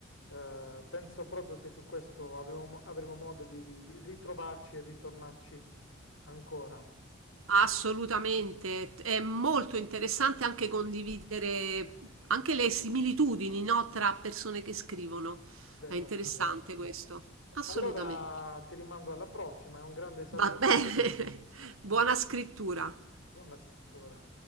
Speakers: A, on the left; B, on the right.
A: eh, penso proprio che su questo avremo, mo- avremo modo di, di ritrovarci e ritornarci ancora.
B: Assolutamente, è molto interessante anche condividere anche le similitudini, no, tra persone che scrivono.
A: Vero,
B: È interessante
A: vero.
B: questo, assolutamente.
A: Allora ti rimando alla prossima e un grande saluto.
B: Va bene, <laughs> buona scrittura.
A: Buona scrittura.